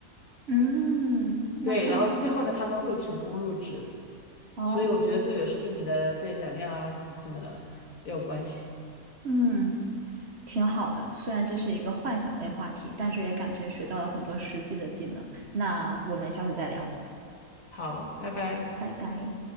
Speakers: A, on the right; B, on the left.
A: 嗯，那看来，
B: 对，然后最后呢，他们会成功入职。
A: 哦。
B: 所以我觉得这有时候跟你的对胆量啊什么的也有关系。
A: 嗯。挺好的，虽然这是一个幻想类话题，但是也感觉学到了很多实际的技能。那我们下次再聊，
B: 好，拜拜。
A: 拜拜。